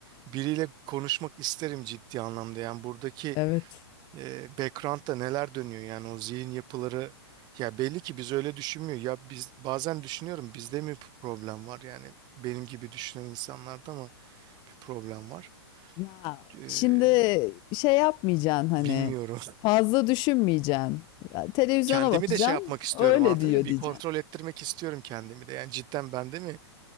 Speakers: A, on the right; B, on the left.
A: biriyle konuşmak isterim ciddi anlamda. Yani buradaki
B: evet.
A: e, background'da neler dönüyor yani o zihin yapıları ya belli ki biz öyle düşünmüyor ya biz bazen düşünüyorum bizde mi bir problem var yani benim gibi düşünen insanlarda mı bir problem var
B: Ya
A: Ee,
B: şimdi şey yapmayacaksın hani
A: bilmiyorum
B: fazla düşünmeyeceksin. Ya, Televizyona
A: <laughs> kendimi
B: bakacaksın.
A: de şey yapmak istiyorum
B: Öyle
A: anlatabiliyor
B: diyor
A: muyum
B: diyeceksin.
A: bir kontrol ettirmek istiyorum kendimi de yani cidden bende mi